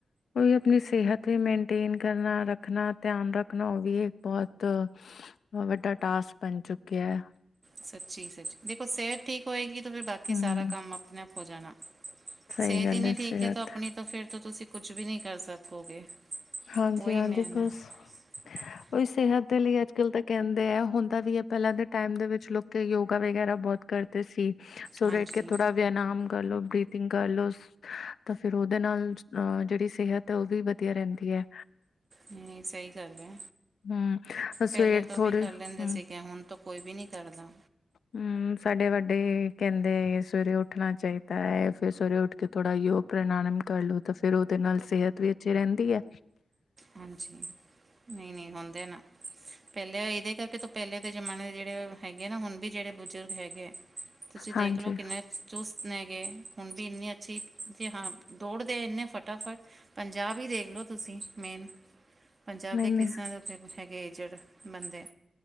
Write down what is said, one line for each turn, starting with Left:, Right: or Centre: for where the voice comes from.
Left: ਓਈ ਅਪਨੀ ਸੇਹਤ ਵੀ ਮੈਂਨਟੇਨ ਕਰਨਾ। ਰਖਨਾ, ਧਿਆਨ ਰਖਨਾ ਓ ਵੀ ਇਕ ਬੋਤ ਉਹ ਵੱਡਾ ਟਾਸਕ ਬਨ ਚੁੱਕਿਆਂ।
Right: ਸੱਚੀ-ਸੱਚੀ ਦੇਖੋ, ਸੇਹਤ ਠੀਕ ਹੋਏਗੀ ਤੇ ਫੇਰ ਬਾਕੀ
Left: ਹੂੰ,
Right: ਸਾਰਾ ਕੰਮ ਅਪਨੇ ਆਪ ਹੋ ਜਾਨਾ।
Left: ਸਹੀ
Right: ਸੇਹਤ
Left: ਗੱਲ
Right: ਈ ਨੀ
Left: ਹੈ
Right: ਠੀਕ
Left: ਸਿਹਤ
Right: ਏ ਤੋਂ ਅਪਨੀ ਤੋਂ ਫਿਰ ਤੋਂ, ਤੁਸੀ ਕੁੱਛ ਵੀ ਨੀ ਕਰ ਸਕੋਗੇ।
Left: ਹਾਂਜੀ-ਹਾਂਜੀ,
Right: ਉਹੀ ਮੇਨ
Left: ਬਸ।
Right: ਹੈ <inaudible>
Left: ਓਈ ਸਿਹਤ ਦੇ ਲਈ ਅੱਜ-ਕਲ੍ਹ ਤੇ ਕੈਂਦੇ ਐ। ਹੁੰਦਾ ਵੀ ਏ, ਪੈਲਾਂ ਦੇ ਟੈਮ ਦੇ ਵਿੱਚ ਲੋਕੀ ਯੋਗਾ ਵਗ਼ੈਰਾ ਬੋਤ ਕਰ ਤੇ ਸੀ। ਸਵਰੇ
Right: ਹਾਂਜੀ
Left: ਉਠ ਕੇ ਥੋੜ੍ਹਾ ਵਿਆਨਾਮ ਕਰਲੋ, ਬ੍ਰਰੀਥਿੰਗ ਕਰਲੋ। ਸ ਤਾਂ ਫਿਰ ਓਦੇ ਨਾਲ ਅ ਜਿਹੜੀ ਸਿਹਤ ਐ, ਓ ਵੀ ਵਧੀਆ ਰੈਂਦੀ ਐ।
Right: ਹੂੰ, ਸਹੀ ਗੱਲ ਐ।
Left: ਹੂੰ, ਸਵੇਰ
Right: ਪੈਲੇ ਤੋਂ
Left: ਥੋੜੇ
Right: ਵੀ ਕਰ ਲੈਂਦੇ
Left: ਹੂੰ
Right: ਸੀਗੇ। ਹੁਨ ਤੋਂ ਕੋਈ ਵੀ ਨੀ ਕਰਦਾ।
Left: ਹੂੰ, ਸਾਡੇ ਵੱਡੇ ਕਹਿੰਦੇ ਸਵੇਰੇ ਉੱਠਣਾ ਚਾਹੀਦਾ ਏ। ਫੇਰ, ਸਵੇਰੇ ਉੱਠ ਕੇ ਥੋੜ੍ਹਾ ਯੋਗ ਪ੍ਰਨਾਂਨੰਮ ਕਰਲੋ ਤਾਂ ਫੇਰ, ਉਹਦੇ ਨਾਲ ਸਿਹਤ ਵੀ ਅੱਛੀ ਰਹਿੰਦੀ ਐ।
Right: ਹਾਂਜੀ। ਨਹੀਂ-ਨਹੀਂ ਹੁੰਦੇ ਨਾ। ਪਹਿਲੇ ਇਹਦੇ ਕਰਕੇ ਤੋਂ ਪਹਿਲੇ ਦੇ ਜਮਾਨੇ ਦੇ ਜਿਹੜੇ ਹੈਗੇ ਆ ਨਾ। ਹੁਣ ਵੀ ਜਿਹੜੇ ਬਜ਼ੁਰਗ ਹੈਗੇ ਆ ਤੁਸੀਂ ਦੇਖਲੋ
Left: ਹਾਂਜੀ
Right: ਕਿੰਨੇ ਚੁਸਤ ਨੇਗੇ। ਹੁਣ ਵੀ ਇੰਨੀ ਅੱਛੀ ਜੀ ਹਾਂ, ਦੌੜਦੇ ਇੰਨੇ ਫਟਾਫਟ। ਪੰਜਾਬ ਈ ਦੇਖਲੋ ਤੁਸੀਂ, ਮੇਨ। ਪੰਜਾਬ
Left: ਨਹੀਂ-ਨਹੀਂ
Right: ਦੇ ਕਿਸ ਤਰ੍ਹਾਂ ਦੇ ਉੱਥੇ ਹੈਗੇ, ਏਜਡ ਬੰਦੇ।